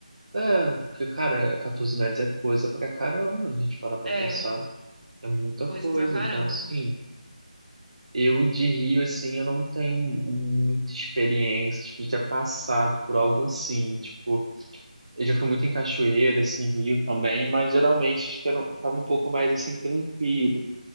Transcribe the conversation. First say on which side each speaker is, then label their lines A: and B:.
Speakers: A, on the right (about 50°); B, on the right (about 75°).
A: É, porque, cara, 14 metros é coisa pra caramba, a gente parar pra
B: É,
A: pensar. É muita
B: coisa
A: coisa.
B: pra caramba.
A: Então, assim, eu de Rio, assim, eu não tenho muita experiência, tipo, de ter passado por algo assim. Tipo, eu já fui muito em cachoeira, assim, Rio também, mas geralmente acho que eu não, tava um pouco mais, assim, tranquilo.